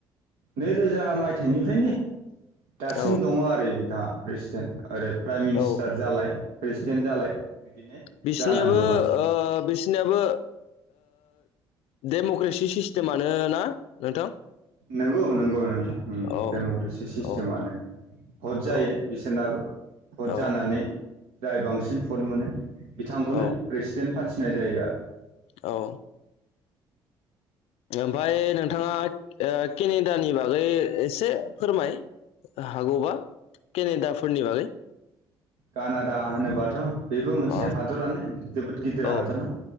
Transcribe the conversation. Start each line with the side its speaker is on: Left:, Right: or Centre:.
Right: नैरोजा मायथाइनिफ्रायनो दासिम
Left: औ
Right: दङ आरो बिथाङा प्रेसिडेन्ट ओरै प्राइम मिनिस्टार
Left: औ
Right: जालाय प्रेसिडेन्ट जालाय बिदिनो
Left: बिसिनियाबो
Right: जानानै दंगासिनो
Left: ओ बेस बिसिनियाबो डेम'क्रेसि सिस्टेमानो ना नोंथां
Right: नंगौ नंगौ नोंथां उम
Left: औ
Right: डेम'क्रेटिक सिस्टेमानो
Left: औ
Right: भट जायो
Left: औ
Right: बिसोरनाबो भट
Left: औ
Right: जानानै जाय बांसिन भट मोनो बिथांखौनो
Left: औ
Right: प्रेसिडेन्ट फाथिनाय जायो आरो
Left: औ ओमफ्राय नोंथाङा खिनि खिनियानि बागै एसे फोरमाय हागौबा केनेदाफोरनि बागै
Right: कानादा होनोबाथ' बेबो मोनसे
Left: अ
Right: हादरानो जोबोद गिदिर
Left: औ
Right: हादरना